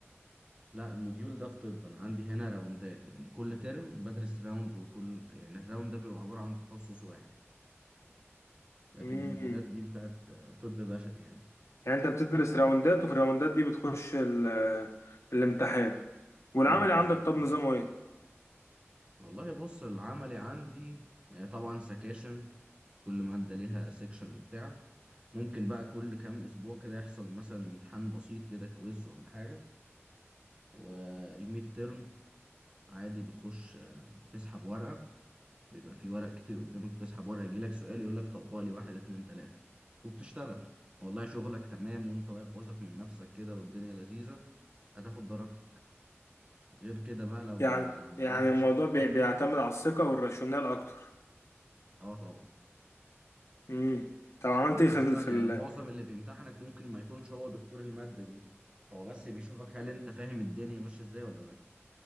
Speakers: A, on the right; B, on the left.
A: لا الموديول ده في طب انا عندي هنا راوندات يعني كل ترم بدرس راوند وكل يعني الراوند ده بيبقى عبارة عن تخصص واحد لكن
B: مم.
A: الموديولات دي بتاعت آه، طب بشري يعني
B: يعني انت بتدرس راوندات وفي الراوندات دي بتخش ال- الامتحان والعمل
A: اه بالظبط
B: عندك طب
A: كده
B: نظامه ايه
A: والله بص العملي عندي آه، طبعا سكاشن كل مادة ليها سيكشن وبتاع ممكن بقى كل كام أسبوع كده يحصل مثلا امتحان بسيط كده كويز ولا حاجة والميد ترم عادي بتخش آه، تسحب ورقة بيبقى في ورق كتير قدامك وتسحب ورقة يجيلك سؤال يقولك طبق لي واحد اتنين تلاتة وبتشتغل والله شغلك تمام وانت واقف واثق من نفسك كده والدنيا لذيذة هتاخد درجتك غير كده بقى لو
B: يعني
A: ما
B: يعني
A: عرفتش
B: الموضوع
A: تتكلم
B: بي- بيعتمد على الثقة والراشونال اكتر
A: اه طبعا
B: امم طب عملت
A: انت
B: ايه
A: اصلا
B: في ال... في
A: يعني
B: ال...
A: معظم اللي بيمتحنك ممكن ما يكونش هو دكتور المادة دي هو بس بيشوفك هل انت فاهم الدنيا ماشية ازاي ولا لا